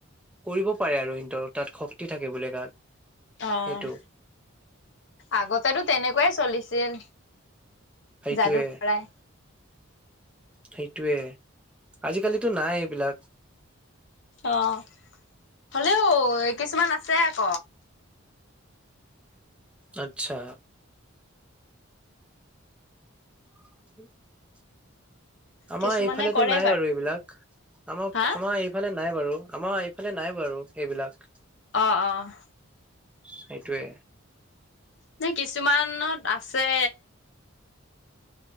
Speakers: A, in the centre; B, on the left.
A: কৰিব পাৰে আৰু সিহতৰ তাত শক্তি থাকে বোলে গাত।
B: অ',
A: সেইটো
B: আগতেতো তেনেকুৱাই চলিছিল।
A: সেইটোৱে।
B: যাদু কৰাই।
A: সেইটোৱে আজিকালিতো নাই এইবিলাক।
B: অ', হলেও কিছুমান আছে আক।
A: আচ্ছা। <unintelligible> আমাৰ
B: কিছুমানে
A: এইফালেতো
B: কৰে
A: নাই বাৰু এইবিলাক আমাৰ
B: হা?
A: আমাৰ এই ফালে নাই বাৰু আমাৰ এইফালে নাই বাৰু সেইবিলাক।
B: অ', অ'
A: সেইটোৱে।
B: নাই কিছুমানত আছে।